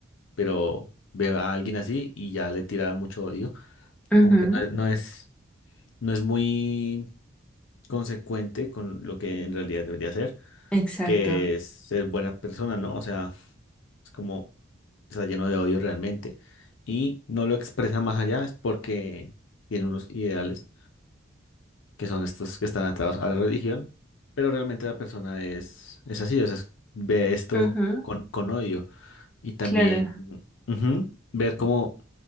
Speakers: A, on the left (about 70°); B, in the centre.
A: pero ve a alguien así y ya le tira mucho odio.
B: Ujú,
A: Como que no no es. no es muy consecuente con lo que en realidad debería ser,
B: exacto.
A: que es ser buena persona, ¿no? O sea, es como está lleno de odio realmente y no lo expresa más allá, es porque tiene unos ideales que son estos que están atados a la religión, pero realmente la persona es, es así, o sea, es- ve esto
B: Ujú,
A: con, con odio y también
B: claro,
A: ujú, ver cómo,